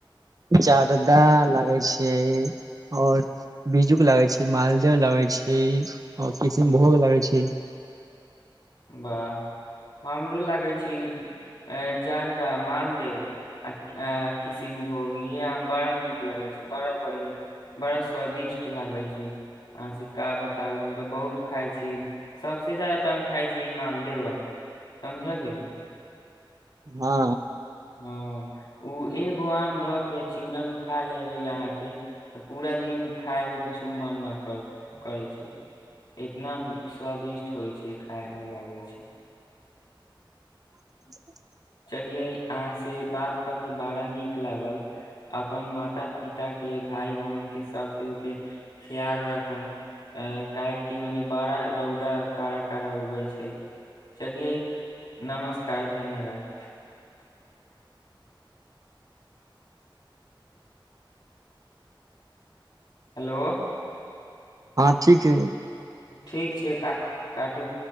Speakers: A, on the right (about 45°); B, on the left (about 60°).
A: जारदा लागै छै ओर बीज्जूक लागै छै मालदा लागै छै आओर किशनभोग लगै छै
B: वाह हमरो लागै छी ए जारदा माल <inaudible> किसिम भोगीय आम बड़ा नीक लगै छै बड़ा बढ़िया बड़स स्वादिष्ट लागै छै हँ स का बताउ हम त बहुत खाइ छी सबसेज्यादा तऽ हम खााय छी मालदेव समझा गेलि
A: हँ
B: हँ ओ ए गोआम धक के चुड़ा मे खा लेबै यहाँ के त पूरा दिन खाय के कुछो मन न कर करे छै इतना स्वादिष्ट होइ छै खाय मे लागे छै
A: <inaudible>
B: लियै आह से बात कर के बड़ा नीक लागल अपन माता पिता के भाय बहन के सबके उ के ख्याल राखब अ काहेकि ओने बड़ा रौदा कड़ा काड़ा उगै छै चलिये नमस्कार धन्यवाद हेलो
A: हँ ठीक है
B: ठीक छै क काटू